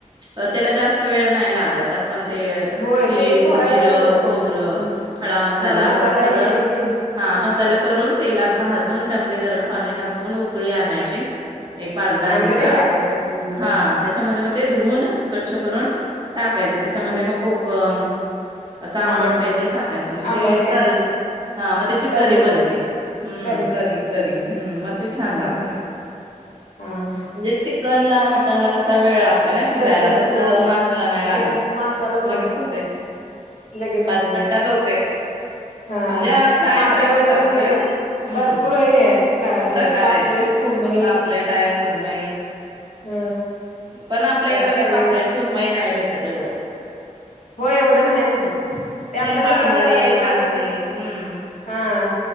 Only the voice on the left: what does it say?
होय
ते थोडा
वेळ
म
हे केलं की
आणि मग ते टाकायचं
हा
हा हा
आंबट
काहीतरी
तर
येत
करे ब
हा
हा हा हा
तस
होय
हे माशाला नाही
लगेच
होतय
हा
हा
माशामध्ये
पण
भरपूर हे आहे प्र
हे पापलेट
सुरमई
ह
काय
तवे
हो एवढं नाही भेटत. ते आपलं
कसं? एकतर.
हा,.